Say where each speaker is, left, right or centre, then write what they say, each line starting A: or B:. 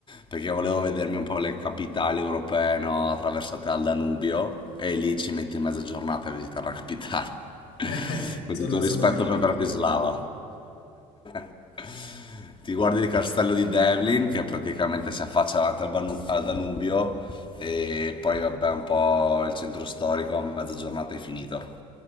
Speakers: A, on the left; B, on the left.
A: perché volevo vedermi un po' le capitali europee, no, attraversate dal Danubio, e lì ci metti mezza giornata a visitare la capitale.
B: <laughs>
A: <laughs> Con
B: Sono,
A: tutto il
B: sono
A: rispetto
B: più piccole.
A: per Bratislava. <laughs> ti guardi il castello di Devlin che praticamente si affaccia davanti al, Banu- al Danubio e poi vabbè un po' il centro storico, a mezza giornata è finito.